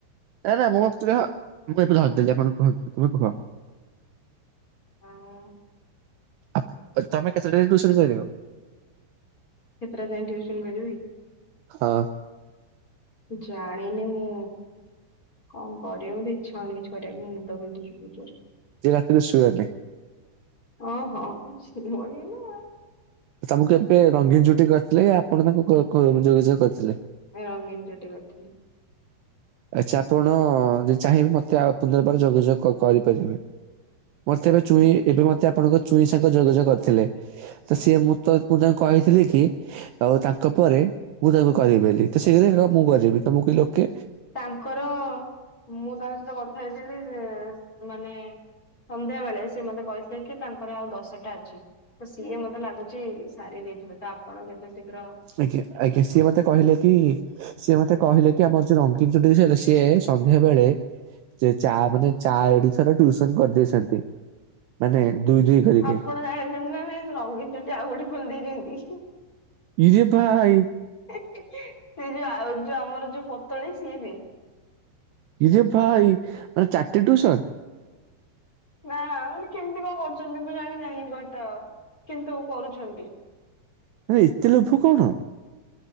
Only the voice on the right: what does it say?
ନା ନା ମୁଁ <unintelligible> ମୁଁ ଏବେ ଧରିଦେଲି। ଆପଣ କୁହନ୍ତୁ ତୁମେ କୁହ?
ଆ-ତମେ କେତେଟା ଯାଏ ଟିଉସନ୍ କରିବ?
ହଁ
ଆଜି ରାତିରେ ସୁଅନି।
ତମକୁ ଏବେ ରଙ୍ଗୀନ ଚୁଟି କରିଥିଲେ ୟା ଆପଣ ତାଙ୍କୁ କ-କ-ଯୋଗାଯୋଗ କରିଥିଲେ?
ଆଛା ଆପଣ ଯଦି ଚାହିଁବେ ମତେ ଆଉ ପୁନର୍ବାର ଯୋଗାଯୋଗ କ-କରିପାରିବେ। ମୋତେ ଏବେ ଚୁଇଁ
ଏବେ ମତେ ଆପଣଙ୍କ ଚୁଇଁ ସାଙ୍ଗ ଯୋଗାଯୋଗ କରିଥିଲେ। ତ ସିଏ ମୁଁ -ତ- ମୁଁ ତାଙ୍କୁ କହିଥିଲି କି ଆଉ ତାଙ୍କ ପରେ ମୁଁ ତମକୁ କରିବି ବୋଲିି ତ ସେ <unintelligible> ମୁଁ କରିବି ତମକୁ ଲୋକେ
ଆଜ୍ଞା-ଆଜ୍ଞା, ସିଏ ମତେ କହିଲେ କି, ସିଏ ମତେ କହିଲେ କି ଆମର ଯୋଉ ରଙ୍ଗୀନ ଚଢେଇ ସିଏ ସନ୍ଧ୍ୟା ବେଳେ ସେ ଚା ମାନେ ଚା ଏଠି ଥର ଟ୍ୟୁସନ କରିଦେଇଛନ୍ତି। ମାନେ ଦୁଇ ଦୁଇ କରିକି।
ଇରେ ଭାଇ।
ଇରେ ଭା-ଇ ମାନେ ଚାରଟେ ଟ୍ୟୁସନ୍।
ଆରେ ଏତେ ଲୋଭ କଣ?